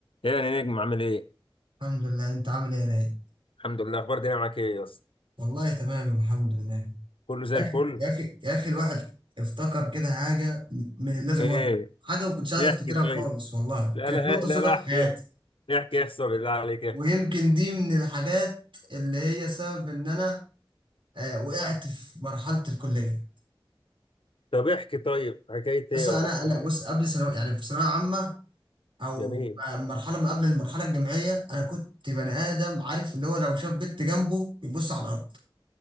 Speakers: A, on the left (about 80°); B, on the right (about 70°).
A: ايه يا نجم عامل ايه؟
B: الحمد لله انت عامل ايه يا رايق
A: الحمد لله اخبار الدنيا معاك ايه يا اسطى؟
B: والله تمام الحمد لله
A: كله زي
B: يا
A: الفل؟
B: اخي يا اخي يا اخي الواحد افتكر كده حاجه من اللي لازم
A: ايه؟
B: أقول. حاجه ما كنتش عايز افتكرها
A: احكي طيب
B: خالص والله
A: لا
B: كانت
A: لا
B: نقطه
A: لا
B: سوداء
A: لا
B: في
A: احكي
B: حياتي
A: احكي احسن بالله عليك احكي
B: ويمكن دي من الحاجات اللي هي سبب ان انا آه وقعت في مرحله الكليه
A: طب احكي طيب حكاية
B: بس
A: ايه
B: انا
A: ولا حوار
B: انا بص
A: إيه؟
B: قبل ثانوي يعني في ثانويه عامه او
A: جميل
B: آه، مرحله ما قبل المرحله الجامعيه انا كنت بني ادم عارف اللي هو لو شاف بنت جنبه يبص على الارض